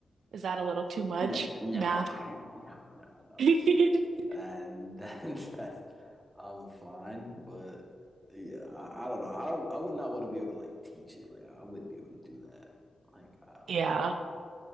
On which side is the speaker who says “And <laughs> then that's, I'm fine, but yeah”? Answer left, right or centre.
Right